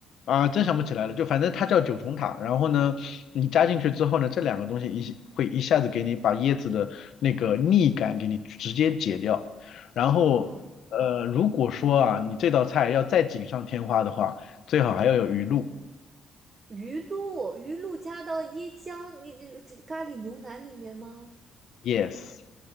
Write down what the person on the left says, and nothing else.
啊、真想不起来了，就反正它叫九重塔。然后呢，你加进去之后呢，这两个东西一会一下子给你把椰子的那个腻感给你直接解掉。然后呃，
如果说啊，你这道菜要再锦上添花的话，最好还要有鱼露。
Yes。